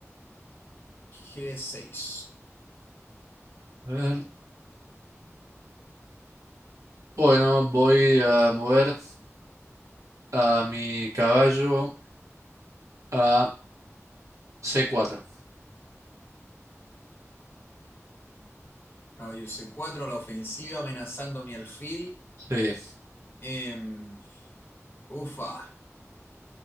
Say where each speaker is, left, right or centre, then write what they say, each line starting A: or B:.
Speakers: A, on the left; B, on the right.
A: G6.
B: A ver. Bueno, voy a mover a mi caballo a C4.
A: Caballo C4 a la ofensiva, amenazando a mi alfil.
B: Sí.
A: Em, ufa.